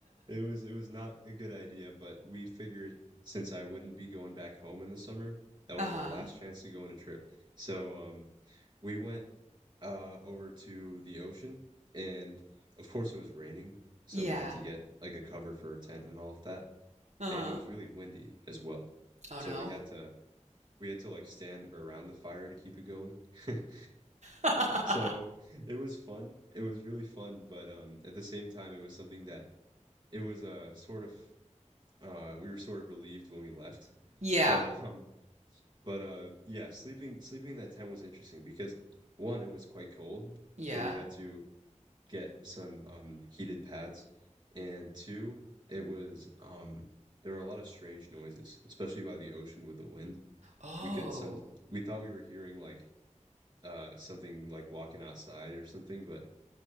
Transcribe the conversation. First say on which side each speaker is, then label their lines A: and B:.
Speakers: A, on the right; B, on the right.
A: was it was not a good idea, but we figured since I wouldn't be going back home in the summer, that was
B: Uh-huh.
A: our last chance to go on a trip. So um we went uh over to the ocean and of course it was raining, so
B: Yeah.
A: we had to get like a cover for a tent and all of that.
B: Uh-huh.
A: And it was really windy as well.
B: Oh
A: So
B: no.
A: we had to we had to like stand around the fire to keep it going. <laughs>
B: <laughs>
A: So it was fun. It was really fun, but um at the same time it was something that it was uh sort of uh we were sort of relieved when we left.
B: Yeah.
A: But <laughs> um but uh yeah, sleeping sleeping in that tent was interesting because one, it was quite cold,
B: Yeah.
A: so we had to get some um heated pads. And two, it was um there were a lot of strange noises, especially by the ocean with the wind.
B: Oh.
A: We could some we thought we were hearing like uh, something like walking outside or something, but